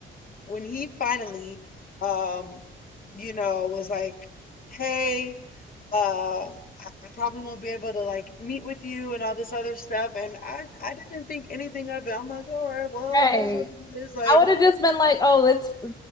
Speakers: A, on the left; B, on the left.
A: when he finally, um, you know, was like, "Hey, um, I, I probably won't be able to like meet with you and all this other stuff," and I, I didn't think anything of it. I'm like, "All right, well,
B: Right.
A: it is what it is." Like.
B: I would have just been like, oh, it's